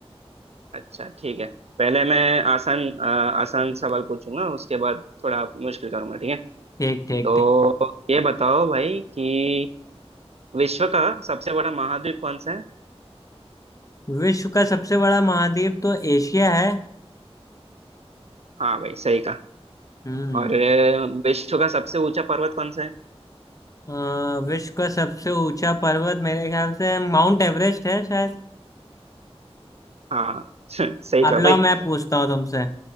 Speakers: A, on the right (about 75°); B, on the left (about 30°).
A: अच्छा ठीक है पहले मैं आसान अ, आसान सवाल पूछूंगा उसके बाद थोड़ा मुश्किल करूंगा ठीक है
B: ठीक ठीक
A: तो
B: ठीक
A: ये बताओ भाई कि विश्व का सबसे बड़ा महाद्वीप कौन सा है
B: विश्व का सबसे बड़ा महाद्वीप तो एशिया है
A: हाँ भाई सही कहा
B: हम्म
A: और अ, विश्व का सबसे ऊंचा पर्वत कौन सा है
B: अ, विश्व का सबसे ऊंचा पर्वत मेरे ख्याल से माउंट एवरेस्ट है शायद
A: हाँ <laughs> सही कहा
B: अब लाओ
A: भाई
B: मैं पूछता हूँ तुमसे